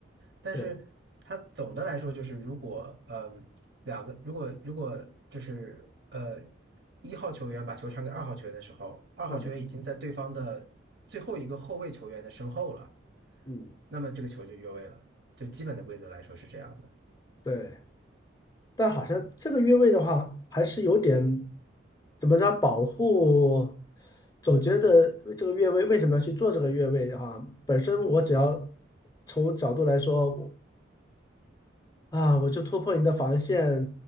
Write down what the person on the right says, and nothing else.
但是它总的来说就是，
如果嗯两个如果如果就是呃一号球员把球传给二号球员的时候，二号球员已经在对方的最后一个后卫球员的身后了，
那么这个球就越位了。就基本的规则来说是这样的。